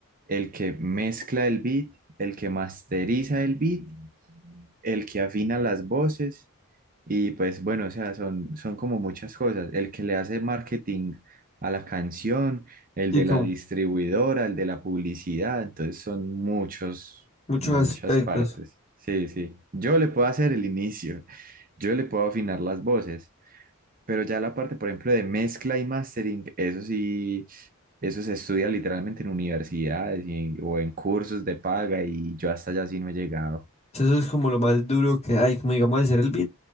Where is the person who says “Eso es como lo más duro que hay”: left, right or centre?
Left